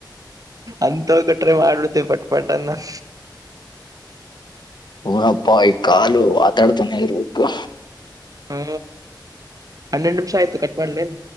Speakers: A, on the right (about 50°); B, on the left (about 65°).
A: ಅಂತವ್ ಕಟ್ರೆ ಮಾಡಲುತ್ತೇ ಬಟ್ನ್ನ <unintelligible>
B: ಊನಪ್ಪ ಈ ಕಾಲು ಆತಾಡ್ತಾನೆ ಇರ್ಬೇಕು
A: ಹಾ ಹನ್ನೆಡು ನಿಮಿಷ ಆಯ್ತು ಕಟ್ ಮಾಡ್ಲೇನ್